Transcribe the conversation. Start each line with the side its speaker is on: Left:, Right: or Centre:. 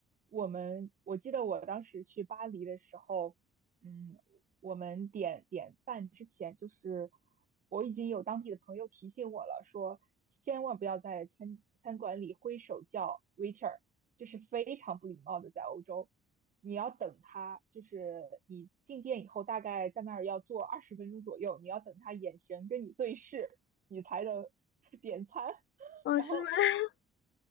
Right: 我们我记得我当时去巴黎的时候，嗯，我们点点饭之前，就是我已经有当地的朋友提醒我了，说千万不要在餐餐馆里挥手叫 waiter，就是非常不礼貌的，在欧洲。你要等他，就是你进店以后，大概在那儿要坐二十分钟左右，你要等他眼神跟你对视，你才能 <laughs> 点餐。
Left: <laughs> 嗯，
Right: 然后
Left: 是吗？<laughs>